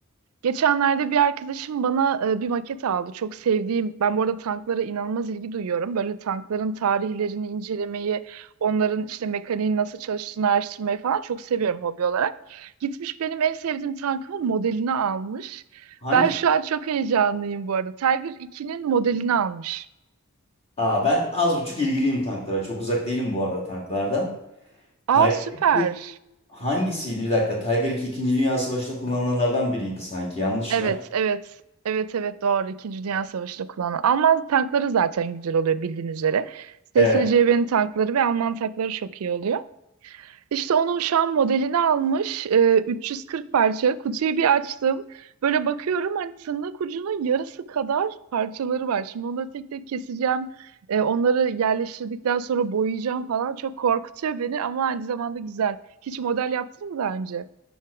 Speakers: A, on the right; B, on the left.
A: Geçenlerde bir arkadaşım bana e, bir maket aldı. Çok sevdiğim, ben bu arada tanklara inanılmaz ilgi duyuyorum. Böyle tankların tarihlerini incelemeyi, onların işte mekaniğin nasıl çalıştığını araştırmayı falan çok seviyorum hobi olarak. Gitmiş benim en sevdiğim tankımın modelini almış.
B: Hangi?
A: Ben şu an çok heyecanlıyım bu arada. Tiger 2'nin modelini almış.
B: Aa, ben az buçuk ilgiliyim tanklara. Çok uzak değilim bu arada tanklardan. Tiger
A: Aa süper.
B: 2 hangisiydi? Bir dakika. Tiger 2 İkinci Dünya Savaşı'nda kullanılanlardan biriydi sanki. Yanlış
A: Evet,
B: mı?
A: evet. Evet, evet doğru. İkinci Dünya Savaşı'nda kullanılan. Alman tankları zaten güzel oluyor bildiğin üzere. SSCB'nin
B: Evet.
A: tankları ve Alman tankları çok iyi oluyor. İşte onun şu an modelini almış. e, 340 parça. Kutuyu bir açtım. Böyle bakıyorum hani tırnak ucunun yarısı kadar parçaları var. Şimdi onları tek tek keseceğim. E, onları yerleştirdikten sonra boyayacağım falan. Çok korkutuyor beni ama aynı zamanda güzel. Hiç model yaptın mı daha önce?